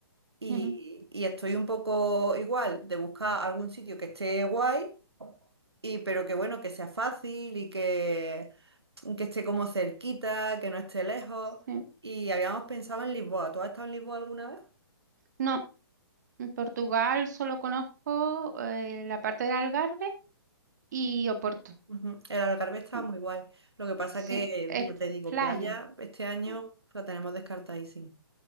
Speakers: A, on the right; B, on the right.
A: y,
B: ujú,
A: y estoy un poco igual de buscar algún sitio que esté guay Y pero que bueno, que sea fácil y que, que esté como cerquita, que no esté lejos.
B: sí.
A: Y habíamos pensado en Lisboa. ¿Tú has estado en Lisboa alguna vez?
B: No, en Portugal solo conozco eh, la parte de Algarve y Oporto.
A: Ujú. El Algarve está
B: Mm,
A: muy guay. Lo que pasa
B: Sí,
A: que,
B: es
A: ya te digo,
B: playa.
A: playa este año
B: Mm,
A: la tenemos descartadísima.